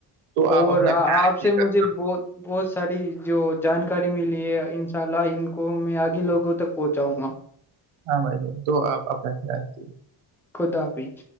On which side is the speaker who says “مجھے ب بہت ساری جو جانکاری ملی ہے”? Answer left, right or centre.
Centre